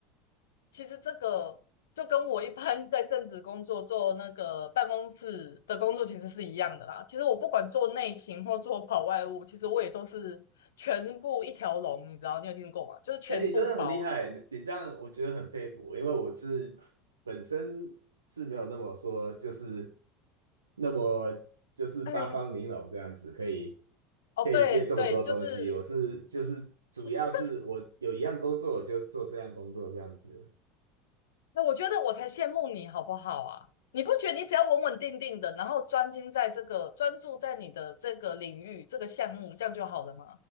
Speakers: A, on the left; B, on the right.
A: 其实这个就跟我一般在正职工作做那个办公室的工作其实是一样的啦。其实我不管做内勤或做跑外务，其实我也都是全部一条龙，你知道？你有听过吗？就是全部包啊。
B: 哎，你真的很厉害，你你这样我觉得很佩服，因为我是本身是没有那么说，就是那么就是八方玲珑这样子，
A: 哎，
B: 可以
A: 哦，
B: 可以接这么多东西。
A: 对对，就是
B: 我是就是主要是我有一样工作，
A: <laughs>
B: 我就做这样工作这样子。
A: 那我觉得我才羡慕你，好不好啊？你不觉得你只要稳稳定定的，然后专精在这个，专注在你的这个领域、这个项目，这样就好了吗？